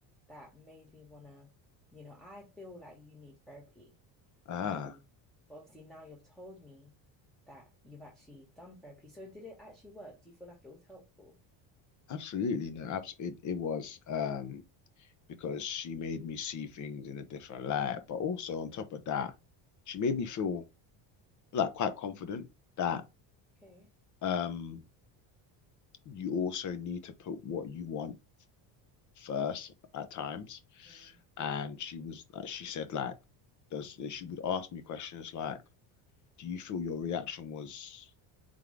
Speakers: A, in the centre; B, on the left.
A: that made me wanna, you know, I feel like you need therapy.
B: Ah,
A: Um, but obviously now you've told me that you've actually done therapy. So did it actually work? Do you feel like it was helpful?
B: absolutely, no, abs it, it was, um, because she made me see things in a different light, but also on top of that, she made me feel like quite confident that
A: Okay.
B: um, you also need to put what you want first at times,
A: Mm.
B: and she was like, she said like, does she would ask me questions like, do you feel your reaction was